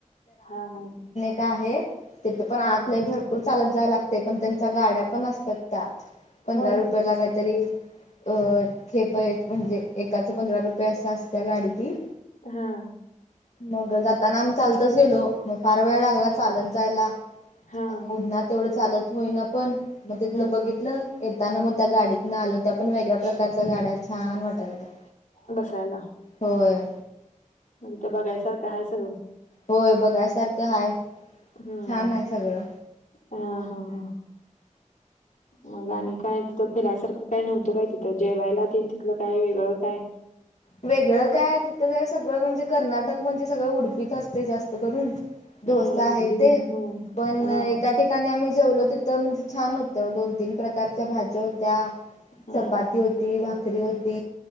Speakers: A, on the left; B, on the left.
A: हा हा.
B: काय आहे तीथ पण आत
A: हा
B: लय भरपूर चालत जाव लागते पण त्यांच्या गाड्या पण असत्यात त्या. पंधरा
A: होय
B: रुपयेला काहीतरी अ खेप आहेत म्हणजे एकाच पंधरा रुपये असा असत्या गाडी ती.
A: हा.
B: मग जाताना आम्ही चालतच गेलो मग फार वेळ लागला चालत जायला.
A: हा
B: आणि उन्हात तेवढं चालत होईना पण मग तिथलं
A: हम्म
B: बघितलं येताना मग त्या गाडीत न आलो त्या पण वेगळ्या प्रकारच्या गाड्या छान वाटत होत्या.
A: बसायला.
B: होय.
A: आन ते बघायसारखं आहे सगळं.
B: होय बघायसारखं हाय.
A: हम्म,
B: छान आहे सगळं
A: हा हा हा मग आणि काय तिथं फिरायसारखं काय नव्हतं काय तिथं, जेवायला तेन तिथलं काय वेगळं काय?
B: वेगळं काय तिथं जरा सगळं म्हणजे कर्नाटक म्हणजे सगळं उडपीच असतय जास्त करून.
A: अ
B: डोसा
A: इडली
B: हे ते,
A: हा
B: पण
A: हा
B: एका ठीक ठिकाणी आम्ही जेवलो तिथं म्हणजे छान होतं दोन-तीन प्रकारच्या भाज्या होत्या
A: हम्म
B: चपाती होती, भाकरी होती